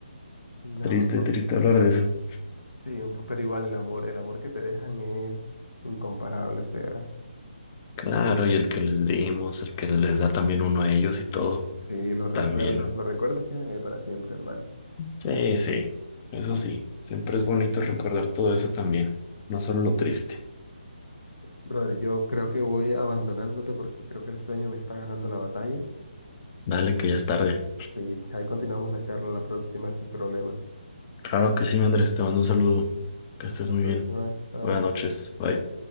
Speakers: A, on the left (about 85°); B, on the left (about 25°).
A: No,
B: Triste, triste hablar de eso.
A: sí, un po- pero igual el amor, el amor que te dejan es incomparable, o sea,
B: Claro, y el que les dimos, el que les da también uno a ellos y todo,
A: sí, los recuerdos,
B: también.
A: los recuerdos quedan ahí para siempre, hermano.
B: Sí, sí, eso sí. Siempre es bonito recordar todo eso también, no solo lo triste.
A: Brother, yo creo que voy abandonándote porque creo que el sueño me está ganando la batalla.
B: Dale, que ya es tarde.
A: Sí, ahí continuamos la charla la próxima sin problema.
B: Claro que sí, Andrés, te mando un saludo. Que
A: Hasta
B: estés
A: la
B: muy
A: próxima.
B: bien.
A: Chao.
B: Buenas noches. Bye.